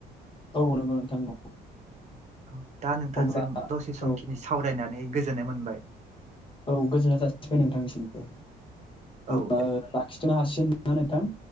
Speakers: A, on the left; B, on the right.
A: औ नंगौ नोंथां।
B: औ दा नोंथांजों
A: अब्ला
B: दसे समखिनि
A: औ
B: सावरायनानै गोजोननाय मोनबाय।
A: औ गोजोननाय जासिबाय नोंथांनिसिमबो
B: औ
A: अब्ला
B: दे।
A: खिथानो हासिगोन होननानै नोंथां।